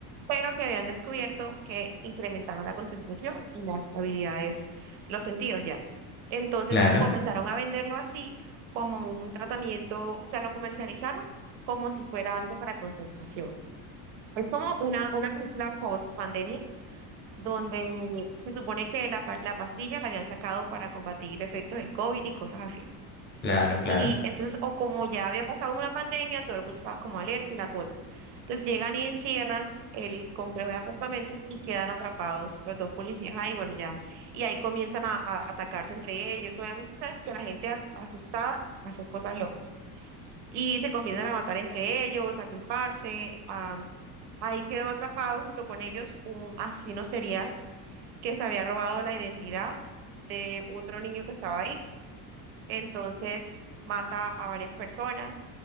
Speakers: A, on the right (about 85°); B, on the left (about 25°).
A: pero que habían descubierto que incrementaba la concentración y las habilidades, los sentidos ya. Entonces
B: Claro.
A: comenzaron a venderlo así como un tratamiento, o sea, lo comercializaron como si fuera algo para concentración. Es como una, una película post pandemia donde se supone que la, pa- la pastilla la habían sacado para combatir efectos del COVID y cosas así.
B: Claro, claro.
A: Y entonces, o como ya había pasado una pandemia, todo el mundo estaba como alerta y la cosa. Entonces llegan y encierran el complejo de apartamentos y quedan atrapados los dos policías ahí, bueno, ya. Y ahí comienzan a, a atacarse entre ellos. Obviamente, sabes que la gente a- asustada hace cosas locas. Y se comienzan a matar entre ellos, a culparse. am, ahí quedó atrapado junto con ellos un asesino serial que se había robado la identidad de otro niño que estaba ahí entonces mata a varias personas.